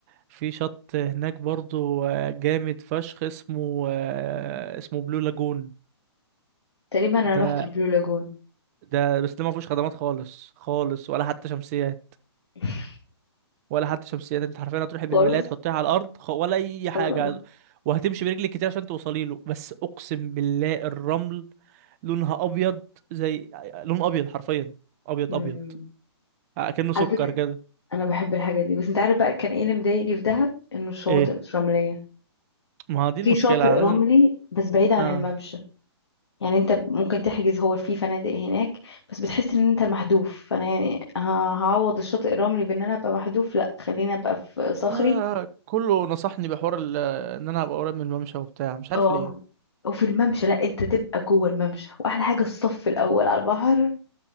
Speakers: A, on the right (about 35°); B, on the left (about 75°).
A: في شط هناك برضو آه، جامد فشخ اسمه آه، اسمه بلو لاجون
B: تقريبا انا
A: ده
B: رحت البلو لاجون
A: ده بس ده ما فيهوش خدمات خالص خالص ولا حتى شمسيات
B: <laughs>
A: ولا حتى شمسيات انت حرفيا هتروحي بالملاية
B: خالص
A: تحطيها على الارض خ- ولا اي حاجه
B: الله
A: وهتمشي برجلك كتير عشان توصلي له بس اقسم بالله الرمل لونها ابيض زي آه، لون ابيض حرفيا ابيض
B: امم
A: ابيض اكنه سكر
B: على فكره
A: كده
B: انا بحب الحاجه دي بس انت عارف بقى كان ايه اللي مضايقني في دهب انه الشواطئ
A: ايه
B: مش رمليه
A: ما هو دي
B: في
A: المشكله
B: شاطئ
A: لازم
B: رملي بس بعيد عن
A: اه
B: الممشى يعني انت ممكن تحجز هو في فنادق هناك بس بتحس ان انت محذوف فانا يعني ه- هعوض الشاطئ الرملي بان انا ابقى محذوف لا خليني ابقى في صخري
A: لا كله نصحني بحوار ال- ان انا ابقى قريب من الممشى وبتاع مش عارف
B: اه
A: ليه
B: وفي الممشى لا انت تبقى جوه الممشى واحلى حاجه الصف الاول على البحر